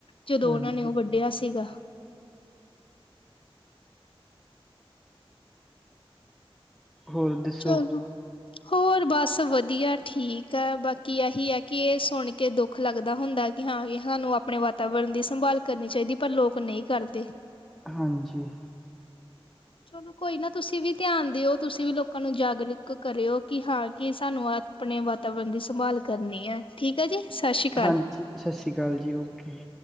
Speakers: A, on the left; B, in the centre.
A: ਜਦੋਂ
B: ਹਾਂਜੀ।
A: ਉਹਨਾਂ ਨੇ ਉਹ ਵੱਢਿਆ ਸੀਗਾ।
B: ਹੋਰ ਦੱਸੋ?
A: ਚਲੋ ਹੋਰ ਬਸ ਵਧੀਆ ਠੀਕ ਹੈ ਬਾਕੀ ਇਹੀ ਹੈ ਕਿ ਇਹ ਸੁਣ ਕੇ ਦੁੱਖ, ਦੁੱਖ ਲੱਗਦਾ ਹੁੰਦਾ ਕਿ ਹਾਂ ਕਿ ਸਾਨੂੰ ਆਪਣੇ ਵਾਤਾਵਰਨ ਦੀ ਸੰਭਾਲ ਕਰਨੀ ਚਾਹੀਦੀ ਪਰ ਲੋਕ ਨਹੀਂ ਕਰਦੇ।
B: ਹਾਂਜੀ।
A: ਚਲੋ ਕੋਈ ਨਾ ਤੁਸੀਂ ਵੀ ਧਿਆਨ ਦਿਓ ਤੁਸੀਂ ਵੀ, ਲੋਕਾਂ ਨੂੰ ਜਾਗਰੂਕ ਕਰਿਓ ਕਿ ਹਾਂ ਕੀ ਸਾਨੂੰ ਆਪਣੇ ਵਾਤਾਵਰਨ ਦੀ ਸੰਭਾਲ ਕਰਨੀ ਹੈ। ਠੀਕ ਆ ਜੀ ਸਤਿ ਸ਼੍ਰੀ ਅਕਾਲ।
B: ਹਾਂਜੀ ਸਤਿ ਸ਼੍ਰੀ ਅਕਾਲ ਜੀ ਓਕੇ।